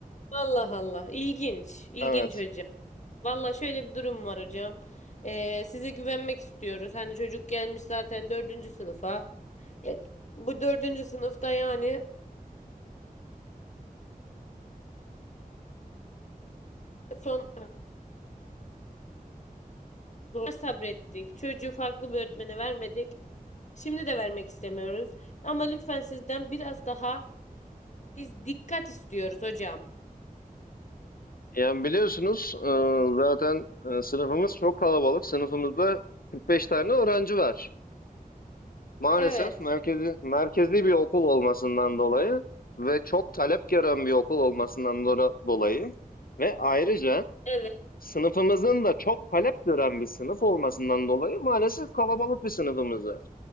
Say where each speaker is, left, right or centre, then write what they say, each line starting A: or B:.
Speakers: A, on the left (about 50°); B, on the left (about 75°).
A: Allah Allah. İlginç. İlginç
B: Evet.
A: hocam. Valla şöyle bir durum var hocam. Ee, size güvenmek istiyoruz. Hani çocuk gelmiş zaten dördüncü sınıfa. E, bu dördüncü sınıfta yani son zor sabrettik. Çocuğu farklı bir öğretmene vermedik. Şimdi de vermek istemiyoruz. Ama lütfen sizden biraz daha Biz dikkat istiyoruz hocam.
B: Yani biliyorsunuz e, zaten e, sınıfımız çok kalabalık. Sınıfımızda 45 tane öğrenci var. Maalesef
A: Evet.
B: merkezi, merkezi bir okul olmasından dolayı ve çok talep gören bir okul olmasından dora- dolayı ve ayrıca
A: Evet.
B: sınıfımızın da çok talep gören bir sınıf olmasından dolayı maalesef kalabalık bir sınıfımız var.